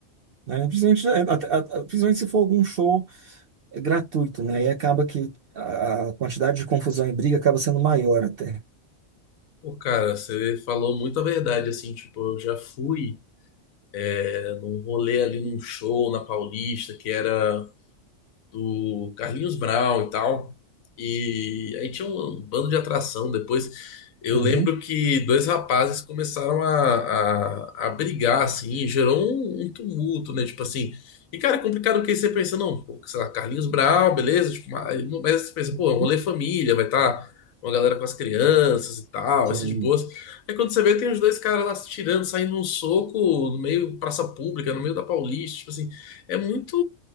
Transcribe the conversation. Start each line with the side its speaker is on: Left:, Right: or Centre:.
Right: né? Principalmente, é, até- principalmente se for algum show é, gratuito, né? Aí acaba que a a quantidade de confusão e briga acaba sendo maior até.
Left: Pô, cara, você falou muita verdade, assim, tipo, eu já fui é, num rolê ali num show na Paulista, que era do Carlinhos Brown e tal. E aí tinha um, um bando de atração. Depois eu
Right: Uhum.
Left: lembro que dois rapazes começaram a, a, a brigar, assim, e gerou um, um tumulto, né? Tipo assim. E, cara, é complicado porque você pensa, não, pô, sei lá, Carlinhos Brown, beleza? Tipo, mas, mas você pensa,
Right: Uhum.
Left: pô, é um rolê família, vai estar tá uma galera com as crianças e tal,
Right: Sim.
Left: vai ser de boas. Aí quando você vê, tem os dois caras lá se tirando, saindo num soco no meio praça pública, no meio da Paulista, tipo assim. É muito.